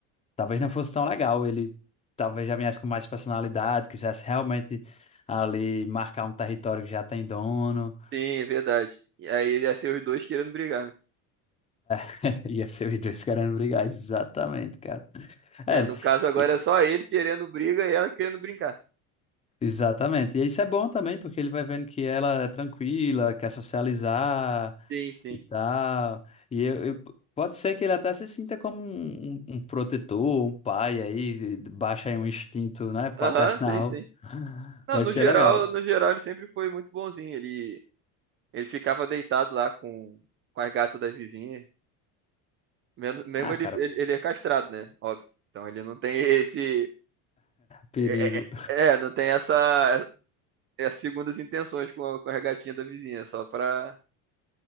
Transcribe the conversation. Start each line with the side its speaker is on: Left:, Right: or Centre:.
Left: Talvez não fosse tão legal. Ele talvez já viesse com mais personalidade, quisesse realmente ali marcar um território que já tem dono.
Right: Sim, é verdade. E aí ia ser os dois querendo brigar, né?
Left: <laughs> Ia ser os dois querendo brigar. Exatamente, cara. É,
Right: É, no caso agora
Left: e-
Right: é só ele querendo briga e ela querendo brincar.
Left: exatamente. E isso é bom também, porque ele vai vendo que ela é tranquila, quer socializar
Right: Sim, sim.
Left: e tal. E eu, eu- pode ser que ele até se sinta como um, um um protetor, um pai aí, baixa aí um instinto, né, paternal.
Right: Aham, sim, sim.
Left: <laughs>
Right: Não,
Left: Vai
Right: no
Left: ser
Right: geral,
Left: legal.
Right: no geral ele sempre foi muito bonzinho. Ele, ele ficava deitado lá com, com as gatas das vizinhas. Mesmo mesmo
Left: Ah,
Right: ele,
Left: cara,
Right: ele, ele é castrado, né? Óbvio. Então ele não tem esse.
Left: perigo.
Right: É, é- é, não tem essa. É, As segundas intenções com a, com a gatinha da vizinha, só pra,